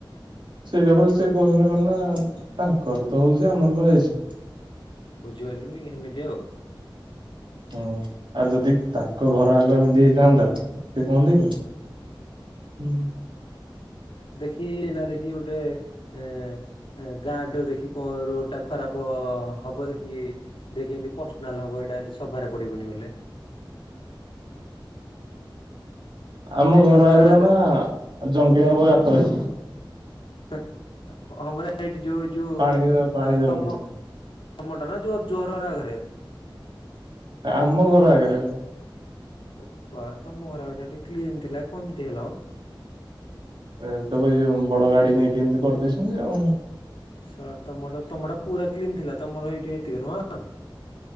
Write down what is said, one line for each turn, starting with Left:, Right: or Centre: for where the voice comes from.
Right: ସେଇଟା ପରେ ସେ କହୁଛନ୍ତି କଣ ନା ତାଙ୍କର ତ ହଉଛି ଆମର କଣ ଯାଇଛି।
Left: ବୁଝିପାରିଲୁନିକି ସେମିତି ଆଉ।
Right: ହଁ ଆଉ ଯଦି ତାଙ୍କ ଘର ଆଗ ଏମିତି ହେଇଥାନ୍ତା ସେ କହନ୍ତେ କି। ହୁଁ।
Left: ଦେଖି ଏନା ଦେଖି ଗୋଟେ ଏ ଏ ଗାଁ ତ ଦେଖି କଣ ରୋଡ଼ ଟା ଖରାପ ହବ ଦେଖି ଦେଖ କି ପର୍ସନାଲ ହବ ଏଇଟା ସଭାରେ ପଡ଼ିବନି ବୋଲେ।
Right: ଆମ
Left: ଏ
Right: ଘର
Left: ଆଉ ଗାଁରେ
Right: ଆଗରେ ନା ଜଙ୍ଗେ ହବ ଗାତ ହେଇଛି।
Left: ହେ ହଁ ମାନେ ସେଠି ଯୋ ଯୋଉ
Right: ପାଣି
Left: ଅ
Right: ପାଣି ଜମୁଛି।
Left: ତମ ତମଟା ନା ଯୋ ଜୋରରା ଧରିଆ।
Right: ଆମ ଘର ଆଗରେ ଏବେ।
Left: ଓପା ତମ ଘର ଆଗ ଟା ଟିକେ କ୍ଲିନ୍ ଥିଲା କଣ ଏମିତି ହେଲା ମ।
Right: ଏ ତମେ ଏଇ ଯୋଉ ବଡ଼ ଗାଡ଼ି ନେଇକି ଏମିତି କରିଦେଇଛନ୍ତି ଆଉ।
Left: ଶଳା ତମଟ ତମଟା ପୁରା କ୍ଲିନ୍ ଥିଲା ତମର ସେଇଠି ଏତିକ ନୁହଁ।